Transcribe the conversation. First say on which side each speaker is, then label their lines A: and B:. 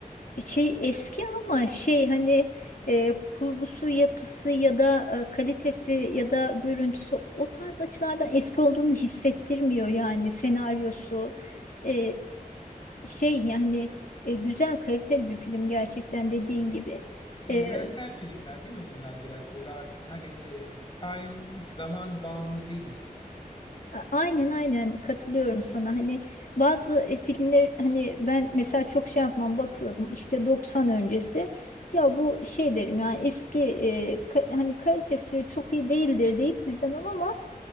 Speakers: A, on the left (about 70°); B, on the left (about 30°).
A: şey eski ama şey hani e, kurgusu yapısı ya da e, kalitesi ya da görüntüsü o tarz açılardan eski olduğunu hissettirmiyor yani senaryosu E, şey yani e, güzel kaliteli bir film gerçekten dediğin gibi.
B: Evrensel
A: E,
B: filmler değil mi bunlar biraz böyle artık hani e, time zaman bağımlı değiller.
A: A- Aynen aynen katılıyorum sana. Hani bazı e, filmler hani ben mesela çok şey yapmam bakıyorum işte 90 öncesi. Ya bu şey derim yani eski e, ka- hani kalitesi çok iyi değildir deyip izlemem ama